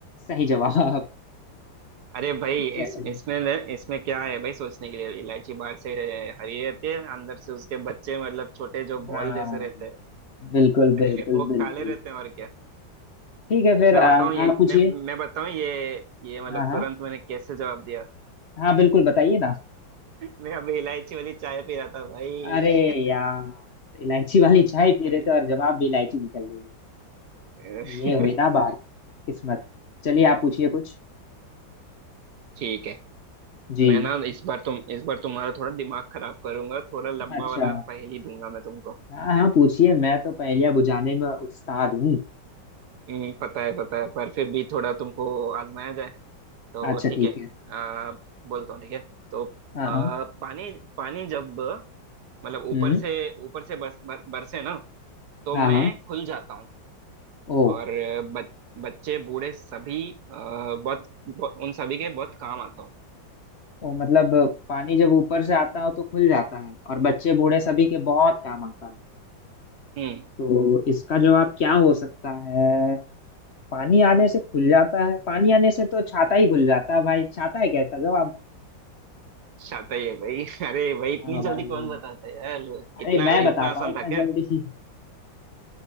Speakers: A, on the left; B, on the right.
A: सही जवाब
B: अरे भाई
A: चलिए
B: इस इसमें न- इसमें क्या है भाई सोचने के लिए इलायची बाहर से हरी रहती है अंदर से उसके बच्चे मतलब छोटे जो बॉल
A: हाँ
B: जैसे रहते
A: बिल्कुल बिल्कुल
B: हैं <laughs> वो
A: बिल्कुल
B: काले रहते हैं और क्या
A: ठीक है फिर
B: मैं
A: आ,
B: बताऊं ये
A: आप पूछिए
B: मैं मैं बताऊं ये ये मतलब
A: हाँ हाँ
B: तुरंत मैंने कैसे जवाब दिया
A: हाँ बिल्कुल बताइए ना
B: मैं अभी इलायची वाली चाय पी रहा था भाई
A: अरे यार इलायची वाली चाय पी
B: अरे
A: रहे थे और जवाब भी इलायची निकल गई
B: <laughs>
A: ये हुई ना बात किस्मत चलिए आप पूछिए कुछ
B: ठीक है
A: जी
B: मैं ना इस बार तुम इस बार तुम्हारा थोड़ा दिमाग खराब करूंगा थोड़ा लंबा
A: अच्छा
B: वाला पहेली दूंगा मैं तुमको
A: हाँ हाँ पूछिए मैं तो पहेलियां बुझाने में उस्ताद हूँ
B: हम्म, पता है पता है पर फिर भी थोड़ा तुमको आजमाया जाए तो
A: अच्छा
B: ठीक
A: ठीक
B: है
A: है
B: आ, बोलता हूँ ठीक है तो
A: हाँ
B: आ,
A: हाँ
B: पानी पानी जब मतलब
A: हम्म
B: ऊपर से ऊपर से बरस बर, बरसे ना तो
A: हाँ
B: मैं
A: हाँ
B: खुल जाता हूँ
A: ओ
B: और ब, बच्चे बूढ़े सभी आ, बहुत बहुत- उन सभी के बहुत काम आता हूँ
A: ओ मतलब पानी जब ऊपर से आता हो तो खुल जाता है और बच्चे बूढ़े सभी के बहुत काम आता है
B: हम्म
A: तो इसका जवाब क्या हो सकता है पानी आने से खुल जाता है पानी आने से तो छाता ही खुल जाता है भाई छाता है क्या इसका जवाब
B: शाता ही है भाई <laughs> अरे भाई
A: हाँ
B: इतनी जल्दी
A: भाई
B: कौन बताता है यार
A: अरे
B: इतना
A: मैं बताता
B: इतना आसान
A: हूँ इतना
B: था क्या
A: जल्दी <laughs>